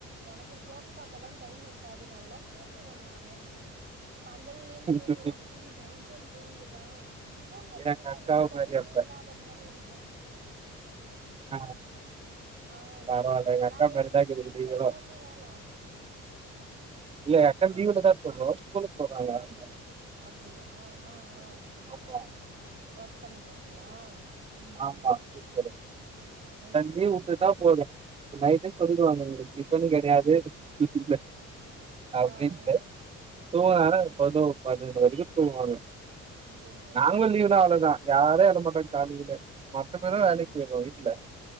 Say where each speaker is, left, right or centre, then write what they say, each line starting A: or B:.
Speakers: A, on the right; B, on the right.
A: எனக்கு போன் பக்க தா டைம் இருக்காது நல்லா தூங்குவே நான் னு பகல்லியு
B: ம்
A: தூங்குவா நைட்டு தூங்குவா தூங்குறதுக்குதா
B: எங்க அக்காவ
A: என்னமோ டைமே
B: மாரி அப்ப
A: இல்லாத மாரி இருக்கு
B: ஆ
A: ஆ
B: பரவால்ல
A: எல
B: எங்க
A: எல்லா
B: அக்கா
A: லேடிஸ்க்கு
B: மாரி தா இருக்கீங்க
A: வீட்ல
B: நீங்களு
A: இதான வேல
B: இல்ல எங்க அக்கா
A: ஆ
B: லீவுல தா தூங்கு ஸ்கூலுக்கு போறாங்க அவுங்க
A: அப்டியா ஆஹ் ஆஹ்
B: ஆமா
A: ஒர்க் பண்றாங்களா ம்
B: ஆமா
A: ம்
B: டீச்சரு
A: ம்
B: லீவு
A: ம்
B: வுட்டுட்டா தா போதும் நைட்டே சொல்லிடுவாங்க
A: ம்
B: உங்களுக்கு டிஃபன் கெடையாது இல்ல அப்டின்டு
A: ஆ ஆ
B: தூங்குனான
A: ஆ
B: பதினோரு பண்ணன்டு மணிக் தூங்குவாங்க
A: தூங்குவாங்க
B: நாங்களு லீவுனா
A: ஆ
B: அவ்ளோதா யாரு எழமாட்டோம் காலையில மொத்த பேரு வேலைக்கு
A: ம்
B: போயிடுவோ வீட்ல